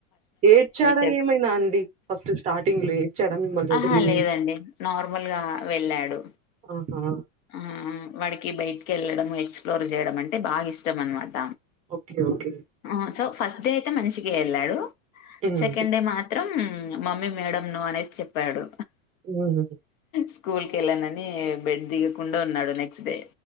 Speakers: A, on the right; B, on the left.
A: ఏడ్చాడా
B: చెప్
A: ఏమైనా అండి ఫస్ట్ స్టార్టింగ్ లో ఏడ్చాడ మిమ్మల్ని
B: ఆహా
A: వదిలి
B: లేదండి నార్మల్గా వెళ్ళాడు
A: ఆహా
B: ఆ వాడికి బయటికి వెళ్ళడం ఎక్స్ ఎక్స్ ప్లోర్ చేయడం అంటే బాగా ఇష్టం అనమాట
A: ఓకే ఓకే
B: ఆ సో ఫస్ట్ డే అయితే మంచిగా వెళ్ళాడు
A: హ్మ్
B: సెకండ్ డే మాత్రం మాత్రం మమ్మీ మేడం ను అనేసి చెప్పాడు
A: ఉమ్
B: స్కూల్ కి వెళ్ళనని బెడ్ దిగకుండా ఉన్నాడు నెక్స్ట్ డే